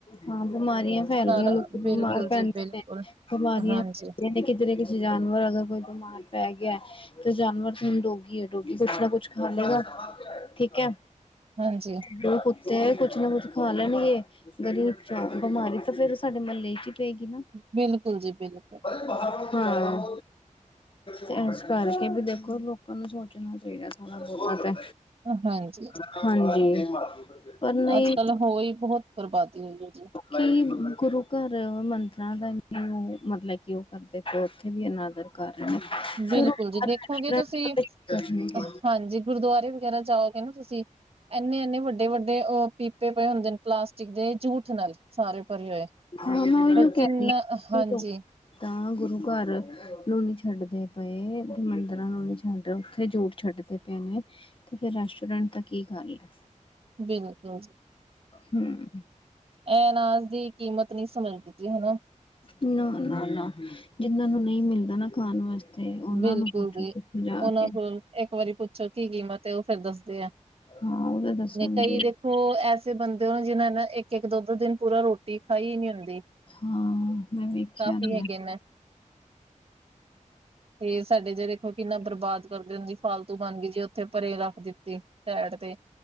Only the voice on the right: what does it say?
ਸਾਰਾ
ਬਿਲਕੁਲ ਜੀ
ਬਿਲਕੁਲ
ਹਾਂਜੀ
ਹਾਂਜੀ
ਬਿਲਕੁਲ ਜੀ ਬਿਲਕੁਲ
ਹਾਂਜੀ।
ਅੱਜ ਕੱਲ ਹੋਈ ਬਹੁਤ ਬਰਬਾਦੀ ਹੋਈ। ਉਹਦੇ ਵਿੱਚ
ਬਿਲਕੁਲ
ਜੀ। ਦੇਖੋਗੇ
ਤੁਸੀਂ ਹਾਂਜੀ ਗੁਰਦੁਆਰੇ ਵਗੈਰਾ ਜਾਓਗੇ ਨਾਂ। ਤੁਸੀਂ ਐਨੇ ਐੰਨੇ ਵੱਡੇ ਵੱਡੇ ਉਹ ਪੀਪੇ ਪਏ ਹੁੰਦੇ ਨੇ। ਪਲਾਸਟਿਕ ਦੇ ਜੂਠ ਨਾਲ ਸਾਰੇ ਭਰੇ ਹੋਏ।
ਕਿੰਨਾ ਹਾਂਜੀ
ਬਿਲਕੁਲ।
ਇਹ ਅਨਾਜ਼ ਦੀ ਕੀਮਤ ਨਹੀਂ ਸਮਝਦੀ ਸੀ। ਹਨਾ
ਬਿਲਕੁਲ
ਜੀ।
ਉਹਨਾਂ
ਕੋਲ ਇੱਕ ਵਾਰੀ ਪੁੱਛੋ ਕੀ ਕੀਮਤ ਹੈਂ। ਉਹ ਫੇਰ ਦੱਸਦੇ ਆ
ਕਈਂ ਦੇਂਖ ਹੋ ਐਸੇ ਬੰਦੇ ਹੋਂ। ਜਿਹਨ੍ਹਾਂ ਨੇ ਇੱਕ ਇੱਕ ਦੋ ਦੋ ਦਿਨ ਪੂਰਾ ਰੋਟੀ ਖਾਈ ਨੀ ਹੁੰਦੀ।
ਕਾਫ਼ੀ
ਹੈਗੇ ਨੇਂ। ਤੇ ਸਾਡੇ ਜੇ ਦੇਖੋ ਕਿੰਨਾ ਬਰਬਾਦ ਕਰਦੇ ਹੁੰਦੀ ਫਾਲਤੂ ਬਣ ਗਈ ਜੇ ਉੱਥੇ ਪਰੇ ਰੱਖ ਦਿੱਤੀ। ਸੈਡ ਤੇ